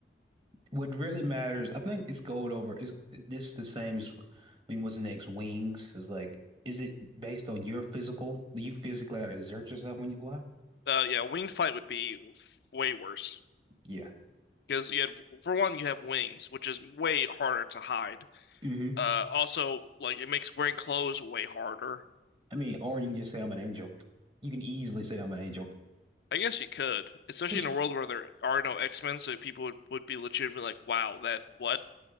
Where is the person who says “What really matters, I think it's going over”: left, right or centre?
Right